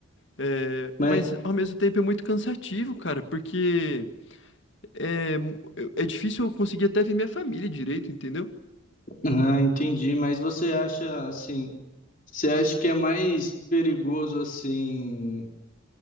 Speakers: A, on the left (about 60°); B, on the left (about 40°).
A: É,
B: Mas,
A: mas ao mesmo tempo é muito cansativo, cara, porque é, é difícil eu conseguir até ver minha família direito, entendeu?
B: ah, entendi. Mas você acha assim? Você acha que é mais perigoso assim?